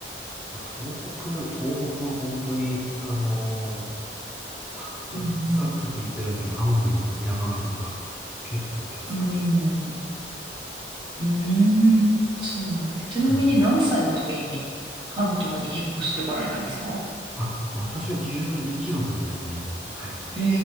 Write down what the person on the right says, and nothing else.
うん
うん。うん。うーん、そうなんです。ちなみに何歳の時に関東に引っ越してこられたんですか
へ